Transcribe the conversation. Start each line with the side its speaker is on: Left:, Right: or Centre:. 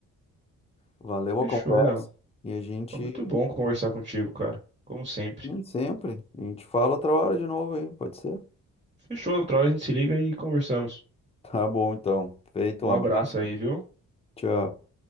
Left: Valeu
Right: Fechou,
Left: a conversa.
Right: Léo.
Left: E a gente,
Right: Foi muito bom conversar contigo, cara. Como sempre.
Left: hum, sempre, a gente fala outra hora de novo aí, pode ser? <laughs>
Right: Fechou, outra hora a gente se liga e conversamos.
Left: Tá bom, então. Feito,
Right: Um
Left: um abraço.
Right: abraço aí, viu?
Left: Tchau.